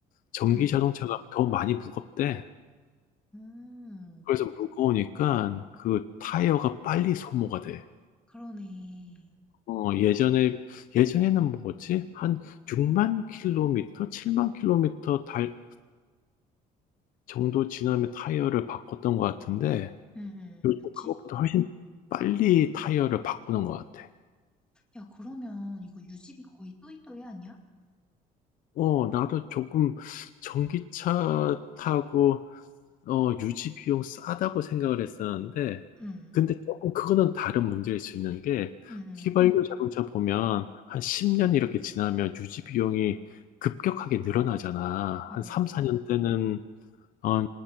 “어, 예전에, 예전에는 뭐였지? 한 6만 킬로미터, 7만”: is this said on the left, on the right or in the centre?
Left